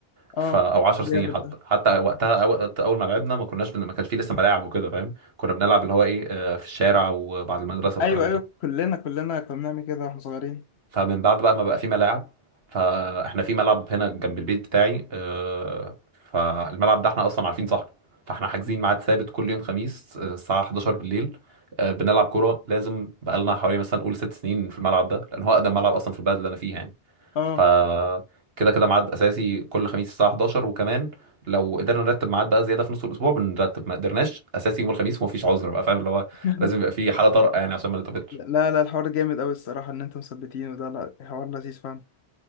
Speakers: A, on the right; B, on the left.
A: ف
B: اه
A: او 10 سنين
B: جامد
A: حتى
B: ده
A: حتى وقتها وقت اول ما لعبنا ما كناش بن... ما كانش فيه لسه ملاعب وكده فاهم كنا بنلعب اللي هو ايه آه، في الشارع وبعد المدرسه والكلام
B: أيوه أيوه
A: ده
B: كلنا كلنا كنا بنعمل كده واحنا صغيرين
A: فمن بعد بقى ما بقى في ملاعب فاحنا في ملعب هنا جنب البيت بتاعي آه، فالملعب ده احنا اصلا عارفين صاحبه فاحنا حاجزين ميعاد ثابت كل يوم خميس آه، الساعه 11 بالليل آه، بنلعب كوره لازم بقالنا حوالي مثلا قول ست سنين في الملعب ده لان هو اقدم ملعب اصلا في البلد اللي انا فيها يعني
B: اه
A: ف كده كده ميعاد اساسي كل خميس الساعه 11 وكمان لو قدرنا نرتب ميعاد بقى زياده في نص الاسبوع بنرتب ما قدرناش اساسي يوم الخميس ومفيش عذر بقى فاهم اللي هو
B: <laughs>
A: لازم يبقى في حاله طارئه يعني عشان ما نتقابلش
B: لا لا الحوار جامد أوي الصراحة إن أنتم مثبتين وده لا حوار لذيذ فعلا